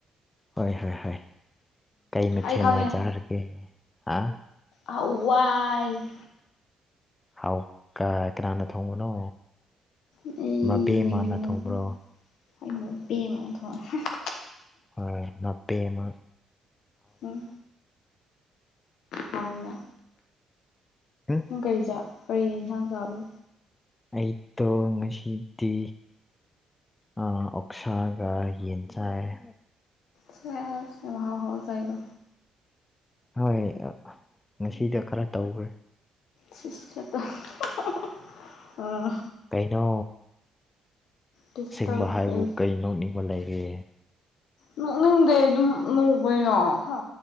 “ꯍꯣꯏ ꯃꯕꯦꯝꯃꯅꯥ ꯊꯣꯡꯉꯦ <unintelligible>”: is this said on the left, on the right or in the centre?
Left